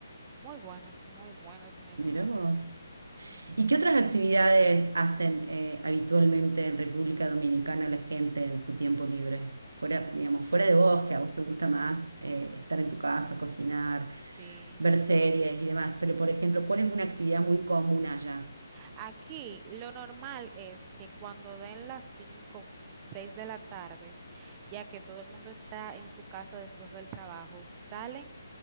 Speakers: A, on the right; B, on the right.
A: Muy buenos, muy buenos, muy
B: Mirá
A: buenos.
B: vos.
A: Ujú,
B: ¿Y qué otras actividades hacen eh, habitualmente en República Dominicana la gente en su tiempo libre? Fuera, digamos, fuera de vos, que a vos te gusta más eh, estar en tu casa, cocinar,
A: Sí.
B: ver series y demás, pero por ejemplo, ¿cuál es una actividad muy común allá?
A: Aquí lo normal es que cuando den las 5, 6 de la tarde, ya que todo el mundo está en su casa después del trabajo, salen